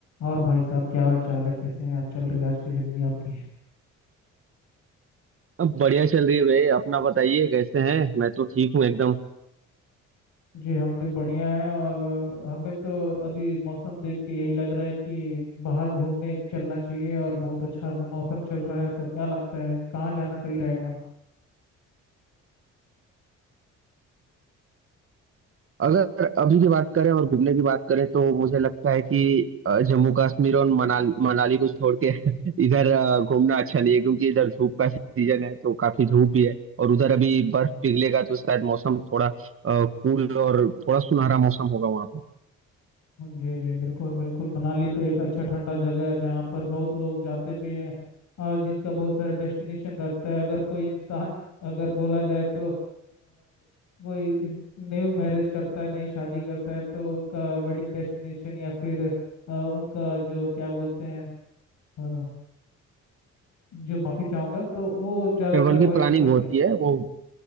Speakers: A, on the left; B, on the right.
A: और भाई साहब क्या हाल चाल है कैसे हैं आज चल रही है आज की जिंदगी आपकी
B: अब बढ़िया चल रही है भाई अपना बताइए कैसे हैं मैं तो ठीक हूँ एकदम
A: जी हम भी बढ़िया हैं और हमें तो अभी मौसम देख के यही लग रहा है कि बाहर घूमने चलना चाहिए और बहुत अच्छा मौसम चल रहा है तो क्या लगता है कहाँ जाना सही रहेगा
B: अगर अभी की बात करें और घूमने की बात करें तो मुझे लगता है कि अ, जम्मू कश्मीर और मनाली मनाली को छोड़ के <laughs> इधर अ, घूमना अच्छा नहीं है क्योंकि इधर धूप का सीजन है तो काफी धूप भी है और उधर अभी बर्फ पिघलेगा तो शायद मौसम थोड़ा कूल और थोड़ा सुनहरा मौसम होगा वहाँ पे
A: जी जी बिल्कुल बिल्कुल मनाली तो एक अच्छा ठंडा जगह है जहाँ पर बहुत लोग जाते भी हैं और जिनका बहुत सारा डेस्टिनेशन रहता है अगर कोई इंसान अगर बोला जाए तो आ, कोई न्यू मैरिज करता है नई शादी करता है तो उनका वेडिंग डेस्टिनेशन या फिर अ, उनका जो क्या बोलते हैं अ, जो माफी चाहूंगा तो वो ज्यादातर
B: ट्रेवल की
A: वही
B: प्लानिंग
A: प्रेफर कर
B: होती है वो